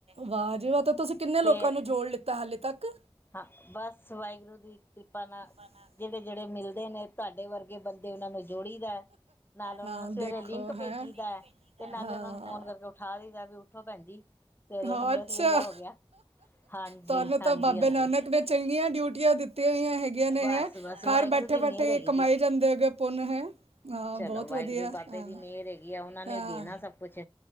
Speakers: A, on the right (about 85°); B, on the left (about 20°).
A: ਵਾਹ ਜੀ ਵਾਹ ਤੇ ਤੁਸੀਂ ਕਿੰਨੇ
B: ਫੇਰ
A: ਲੋਕਾਂ ਨੂੰ ਜੋੜ ਲਿੱਤਾ ਹਾਲੇ ਤੱਕ?
B: ਹਾਂ ਬਸ ਵਾਹਿਗੁਰੂ ਦੀ ਕਿਰਪਾ ਨਾਲ
A: <unintelligible>
B: ਜੇੜੇ ਜੇੜੇ ਮਿਲਦੇ ਨੇ ਤੁਹਾਡੇ ਵਰਗੇ ਬੰਦੇ ਓਨਾਂ ਨੂੰ ਜੋੜੀਦਾ। ਨਾਲ ਓਨਾ
A: ਹਾਂ
B: ਨੂੰ ਸਵੇਰੇ
A: ਦੇਖੋ
B: ਲਿੰਕ
A: ਹੈਂ
B: ਭੇਜੀ ਦਾ ਤੇ ਨਾਲੇ
A: ਹਾਂ
B: ਓਨਾਂ ਨੂੰ ਫੋਨ ਕਰਕੇ ਉਠਾ ਦਈਦਾ ਵੀ ਉਠੋ ਪੈਣ ਜੀਂ। ਸਵੇਰੇ
A: ਹਾਂ
B: ਅੰਮ੍ਰਿਤ
A: ਅੱਛਾ
B: ਵੇਲਾ ਹੋ ਗਿਆ, ਹਾਂਜੀ
A: ਤੁਹਾਨੂੰ ਤਾਂ
B: ਹਾਂਜੀ।
A: ਬਾਬੇ
B: ਹਾਂਜੀ
A: ਨਾਨਕ ਨੇ ਚੰਗੀਆਂ ਡਿਊਟੀਆਂ ਦਿੱਤੀਆਂ ਹੋਈਆਂ ਹੈਗੀਆਂ ਨੇ
B: ਬਸ
A: ਹੈ।
B: ਬਸ
A: ਘਰ
B: ਵਾਹਿਗੁਰੂ
A: ਬੈਠੇ
B: ਦੀ
A: ਬੈਠੇ
B: ਮਿਹਰ ਹੈਗੀ
A: ਕਮਾਏ
B: ਜੀ
A: ਜਾਂਦੇ ਹੈਗੇ ਪੁੰਨ ਹੈਂ। ਹਾਂ,
B: ਚਲੋ
A: ਬੋਤ
B: ਵਾਹਿਗੁਰੂ
A: ਵਧੀਆ
B: ਬਾਬੇ
A: ਹਾਂ,
B: ਦੀ ਮਿਹਰ ਹੈਗੀ ਆ ਉਹਨਾਂ ਨੇ
A: ਹਾਂ।
B: ਦੇਣਾ ਸਭ ਕੁਛ